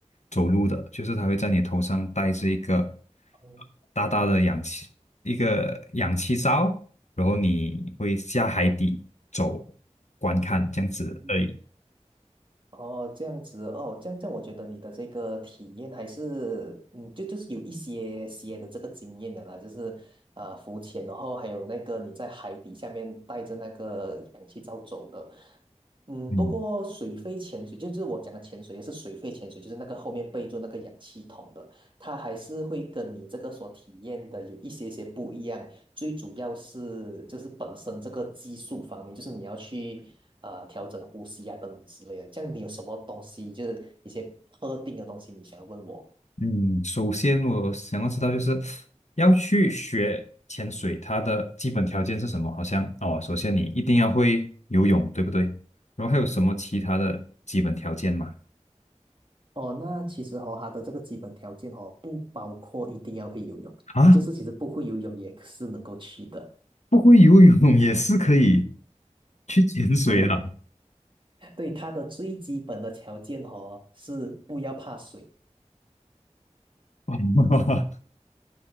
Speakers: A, on the left (about 70°); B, on the right (about 40°).
A: 走路的，就是他会在你头上戴着一个
B: 哦，
A: 大大的氧气一个氧气罩，然后你会下海底走观看这样子而已。
B: 嗯，哦，这样子哦，这样这样，我觉得你的这个体验还是，嗯，就就是有一些些的这个经验的啦，就是啊、呃浮潜，然后还有那个你在海底下面带着那个氧气罩走的，嗯，
A: 嗯。
B: 不过水肺潜水，就是我讲的潜水，也是水肺潜水，就是那个后面背着那个氧气筒的，它还是会跟你这个所体验的有一些些不一样，最主要是就是本身这个技术方面，就是你要去呃调整呼吸啊等等之类的。这样你有什么东西，就是一些特定的东西，你想要问我？
A: 嗯，首先我想要知道，就是要去学潜水，它的基本条件是什么？好像哦，首先你一定要会游泳，对不对？然后还有什么其他的基本条件吗？
B: 哦，那其实哦，它的这个基本条件哦，不包括一定要会游泳，
A: 啊，
B: 就是其实不会游泳也是能够去的。
A: 不会游泳也是可以去潜水啊！
B: 对对，它的最基本的条件哦，是不要怕水。
A: <laughs>